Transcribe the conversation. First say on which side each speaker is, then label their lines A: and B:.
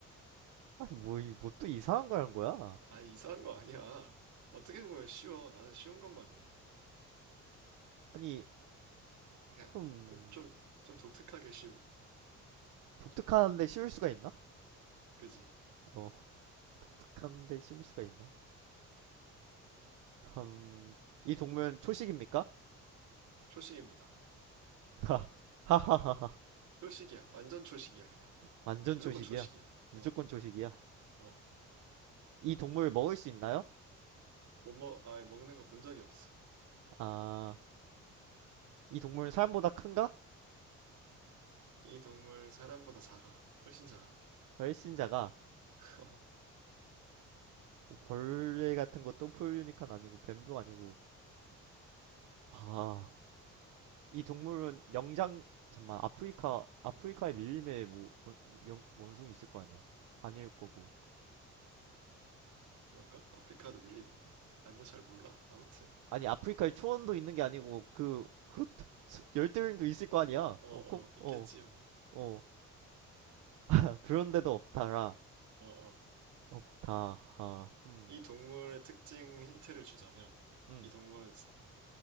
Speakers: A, on the right; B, on the right.
A: 아니 뭐 이 뭐 또 이상한 거란 거야?
B: 아, 이상한 거 아니야. 어떻게 보면 쉬워. 나는 쉬운 것만 해.
A: 아니,
B: 그러니까
A: 흠,
B: 좀, 좀, 좀 독특하게 쉬운.
A: 독특한데 쉬울 수가 있나?
B: 그지?
A: 어, 독특한데 쉬울 수가 있나? 흠, 이 동물 초식입니까?
B: 초식입니다.
A: <laughs> 하, 하하하하.
B: 초식이야. 완전 초식이야, 그냥.
A: 완전
B: 무조건
A: 초식이야.
B: 초식이야.
A: 무조건
B: 어,
A: 초식이야.
B: 어.
A: 이 동물 먹을 수 있나요?
B: 못 먹, 아, 먹는 거 본 적이 없어.
A: 아, 이 동물은 사람보다 큰가?
B: 이 동물 사람보다 작아. 훨씬 작아.
A: 훨씬 작아.
B: <laughs>
A: 뭐 벌레 같은 것도 포유니깐 아니고, 뱀도 아니고. 와, 이 동물은 영장, 잠만, 아프리카, 아프리카의 밀림에 뭐, 원, 원, 원숭이 있을 거 아니야? 아닐 거고.
B: 그런가? 아프리카도 밀림 있나? 아니, 뭐 잘 몰라. 아무튼.
A: 아니 아프리카에 초원도 있는 게 아니고 그, 그 열대우림도 있을 거 아니야.
B: 어,
A: 어, 콕
B: 어, 있겠지,
A: 어,
B: 뭐.
A: 어. 아, 그런데도 없다라.
B: 어, 어.
A: 없다. 하. 음.
B: 이 동물의 특징 힌트를 주자면
A: 음.
B: 이 동물은 지-